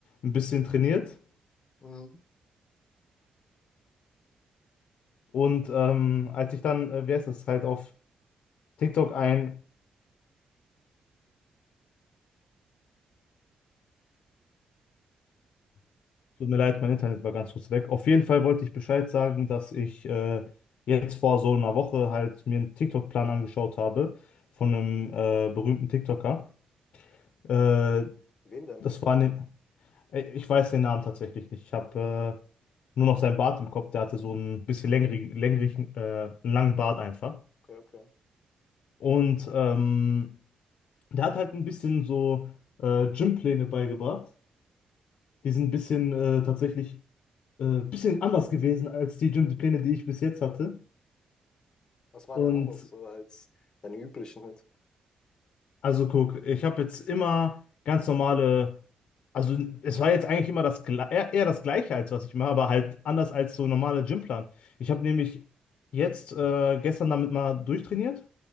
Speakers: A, on the left; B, on the left.
A: ein bisschen trainiert.
B: Mhm.
A: Und ähm, als ich dann, äh, wer ist das, halt auf TikTok ein Tut mir leid, mein Internet war ganz kurz weg. Auf jeden Fall wollte ich Bescheid sagen, dass ich äh, jetzt vor so einer Woche halt mir einen TikTok-Plan angeschaut habe von einem äh, berühmten TikToker. Äh,
B: Wen denn?
A: das war ne Äh, ich weiß den Namen tatsächlich nicht. Ich habe äh, nur noch seinen Bart im Kopf. Der hatte so einen bisschen längerigen, längerigen, äh, einen langen Bart einfach.
B: Okay, okay.
A: Und ähm, der hat halt ein bisschen so äh, Gympläne beigebracht. Die sind ein bisschen äh, tatsächlich äh, bisschen anders gewesen als die Gym-Pläne, die Pläne, die ich bis jetzt hatte.
B: Was war
A: Und
B: denn anders so als deine üblichen halt?
A: also guck, ich habe jetzt immer ganz normale, also es war jetzt eigentlich immer das Gle- eher, eher das Gleiche als was ich mache, aber halt anders als so normale Gymplan. Ich habe nämlich jetzt äh, gestern damit mal durchtrainiert.